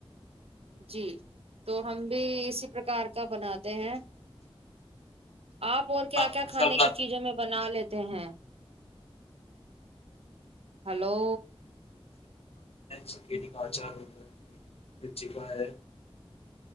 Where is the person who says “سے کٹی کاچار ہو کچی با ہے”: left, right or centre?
Left